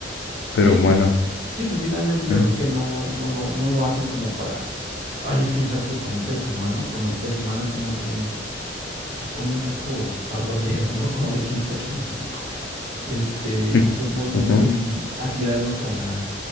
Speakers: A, on the left; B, on the right.
A: pero
B: Sí, pues,
A: bueno,
B: sí, pues finalmente yo
A: ¿eh?
B: creo que no, no lo, no lo hacen como para. Ay, es que ya sabes que como seres humanos, como especie humana, somos bien, pues como un poco argüenderos, ¿no? <laughs> Como decimos aquí en México. Este,
A: <laughs>
B: somos muy
A: Ujú.
B: a tirarnos a la,